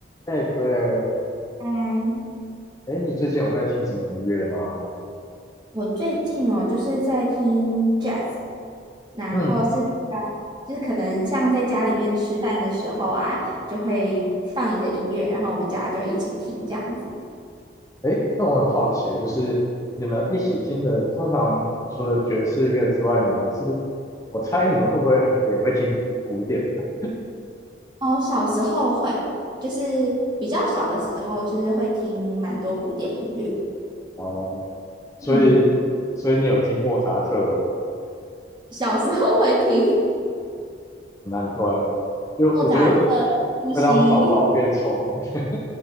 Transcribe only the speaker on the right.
嗯，
我最近哦，就是在听 jazz，然后是比较，
就是可能像在家里面吃饭的时候啊，就会放一个音乐，然后我们家就会一起听这样子。
哦，小时候会，就是比较小的时候，就是会听蛮多古典音乐。
嗯，
小时候会听
莫扎特、呼吸。